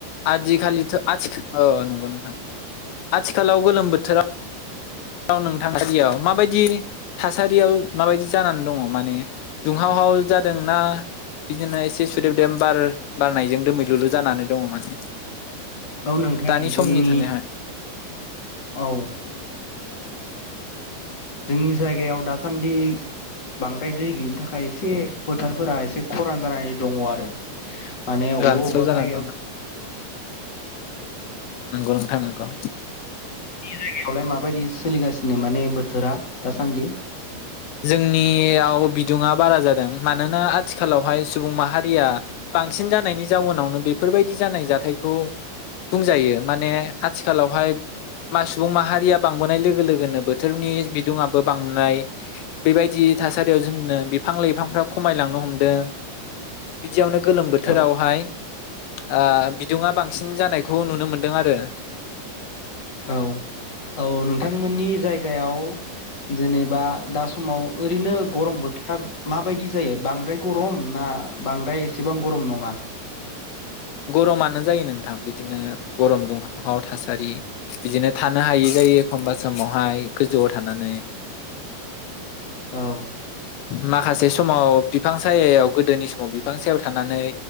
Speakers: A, on the left; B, on the left.
A: आदिखालिथ' आथिख अ नंगौ नोंथां ।आथिखालाव गोलोम बोथोरा औ नोंथां <unintelligible> माबायदि थासारियाव माबायदि जानानै दङ माने दुंहावहाव जादोंना बिदिनो एसे सुदेब देम बार बारनायजों दोमैलुलु जानानै दङ माने?
B: औ नोंथां
A: दानि
B: जोंनि
A: समनि थानायावहाय
B: औ जोंनि जायगायाव दासान्दि बांद्राय दै गैयिनि थाखाय एसे फोथारफोरा एसे खरान जानानै दङ आरो। माने अबावबा
A: रानस्राव
B: अबावबा
A: जानानै
B: जायगायाव
A: नोंगौ नोंथां नोंगौ।
B: नि जायगायावलाय माबायदि सोलिगासिनो माने बोथोरा दासान्दि?
A: जोंनियाव बिदुङा बारा जादों मानोना आथिखालावहाय सुबुं माहारिया बांसिन जानायनि जाउनावनो बेफोरबायदि जानाय जाथायखौ बुंजायो माने आथिखालावहाय मा सुबुं माहारिया बांबोनाय लोगो लोगोनो बोथोरनि बिदुङआ बो बांनाय बेबायदि थासारियाव जोंनो बिफां लाइफांफ्रा खमायलांनो हमदों बिदियावनो गोलोम बोथोरावहाय
B: औ
A: ओ बिदुङा बांसिन जानायखौ नुनो मोनदों आरो।
B: औ औ नोंथांमोननि जायगायाव जेनेबा दा समाव ओरैनो गरम बो माबायदि जायो बांद्राय गरम ना बांद्राय एसेबां गरम नङा?
A: गरमानो जायो नोंथां बिदिनो गरम दुंहाव हाव थासारि बिदिनो थानो हायै जायो एखमबा समावहाय गोजौआव थानानै
B: औ
A: माखासे स समाव बिफां सायाव गोदोनि समाव बिफां सायाव थानानै